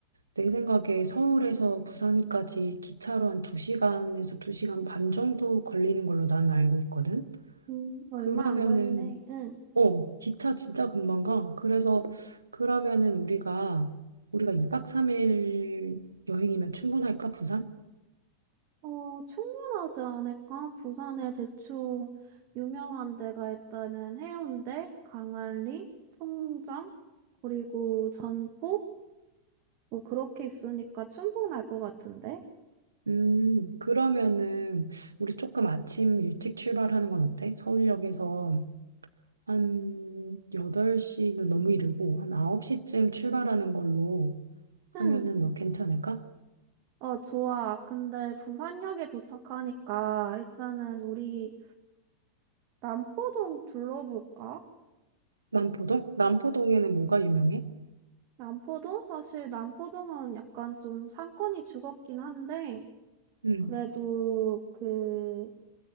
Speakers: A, on the right; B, on the right.
A: 내 생각에 서울에서 부산까지 기차로 한 2시간에서 2시간 반 정도 걸리는 걸로 난 알고 있거든.
B: 음. 얼마
A: 그러면은
B: 안 걸리네. 응.
A: 어, 기차 진짜 금방 가. 그래서 그러면은 우리가 우리가 2박 3일 여행이면 충분할까, 부산?
B: 어, 충분하지 않을까? 부산에 대충 유명한 데가 있다는 해운대, 강안리, 송정, 그리고 전포? 뭐 그렇게 있으니까 충분할 것 같은데?
A: 음, 그러면은 우리 조금 아침 일찍 출발하는 건 어때? 서울역에서 한 8시는 너무 이르고 한 9시쯤 출발하는 걸로
B: 응,
A: 하면은 너 괜찮을까?
B: 어, 좋아. 근데 부산역에 도착하니까 일단은 우리 남포동 둘러볼까?
A: 남포동? 남포동에는 뭐가 유명해?
B: 남포동? 사실 남포동은 약간 좀 상권이 죽었긴 한데,
A: 음,
B: 그래도 그,